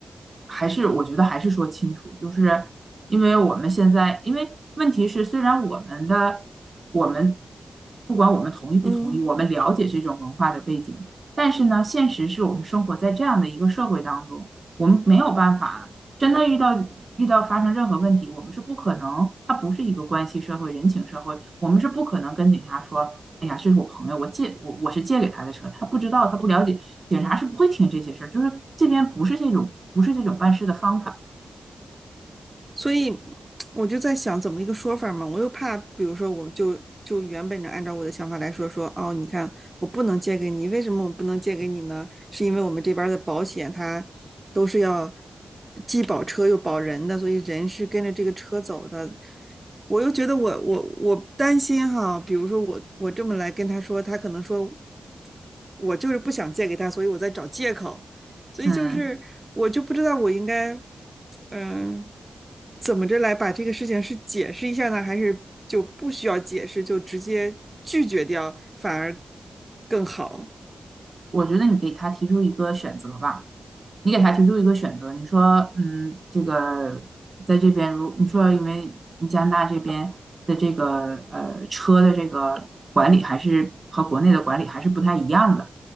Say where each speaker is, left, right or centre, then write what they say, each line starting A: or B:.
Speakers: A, on the right; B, on the right.
A: 还是，我觉得还是说清楚，就是因为我们现在，因为问题是，虽然我们的我们不管我们同意不同意，
B: 嗯，
A: 我们了解这种文化的背景，但是呢，现实是我们生活在这样的一个社会当中，我们没有办法真的遇到。遇到发生任何问题，我们是不可能，它不是一个关系社会、人情社会，我们是不可能跟警察说，哎呀，这是我朋友，我借我我是借给他的车，他不知道，他不了解，警察是不会听这些事儿，就是这边不是这种不是这种办事的方法。
B: 所以我就在想怎么一个说法嘛，我又怕，比如说我就就原本的按照我的想法来说，说哦，你看我不能借给你，为什么我不能借给你呢？是因为我们这边的保险它都是要既保车又保人的，所以人是跟着这个车走的。我又觉得我我我担心哈，比如说我我这么来跟他说，他可能说我就是不想借给他，所以我在找借口。所以就是我就不知道我应该，
A: 嗯，
B: 嗯、呃怎么着来把这个事情是解释一下呢，还是就不需要解释，就直接拒绝掉，反而更好。
A: 我觉得你给他提出一个选择吧。你给他提出一个选择，你说，嗯，这个在这边如你说，因为你加拿大这边的这个呃车的这个管理还是和国内的管理还是不太一样的。